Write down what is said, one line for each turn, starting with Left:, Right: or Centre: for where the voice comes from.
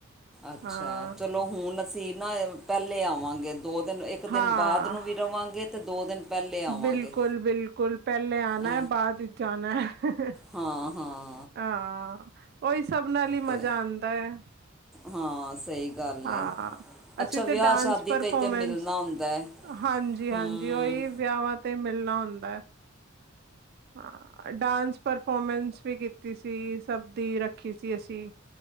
Centre: ਅੱਛਾ
Right: ਹਾਂ
Centre: ਚਲੋ ਹੁਣ ਅਸੀਂ ਨਾ ਪਹਿਲੇ ਆਵਾਂਗੇ ਦੋ ਦਿਨ ਇੱਕ
Right: ਹਾਂ।
Centre: ਦਿਨ ਬਾਅਦ ਨੂੰ ਵੀ ਰਵਾਂਗੇ ਤੇ ਦੋ ਦਿਨ ਪਹਿਲੇ ਆਵਾਂਗੇ
Right: ਬਿਲਕੁਲ ਬਿਲਕੁਲ ਪਹਿਲੇ ਆਣਾ
Centre: ਅ
Right: ਹੈ ਬਾਅਦ ਵਿਚ ਜਾਣਾ ਹੈ
Centre: ਹਾਂ ਹਾਂ
Right: ਆਾਂ ਓਹੀ ਸਭ ਨਾਲ ਹੀ
Centre: ਤੇ
Right: ਮਜ਼ਾ ਆਉਂਦਾ ਏ
Centre: ਹਾਂ ਸਹੀ ਗੱਲ
Right: ਹਾਂ
Centre: ਏ ਅੱਛਾ
Right: ਅਸੀਂ ਤੇ
Centre: ਵਿਆਹ
Right: ਡਾਂਸ
Centre: ਸ਼ਾਦੀ
Right: ਪਰਫੋਮੈਂਸ
Centre: ਤੇ ਤੇ ਮਿਲਣਾ ਹੁੰਦਾ ਹੈ
Right: ਹਾਂਜੀ-ਹਾਂਜੀ
Centre: ਹਮ
Right: ਉਓਹੀ ਵਿਆਹਾਂ ਤੇ ਮਿਲ ਨਾ ਹੁੰਦਾ ਹਾਂ ਡਾਂਸ ਪਰਫੋਰਮੈਂਸ ਵੀ ਕੀਤੀ ਸੀ ਸਭ ਦੀ ਰੱਖੀ ਸੀ ਅਸੀਂ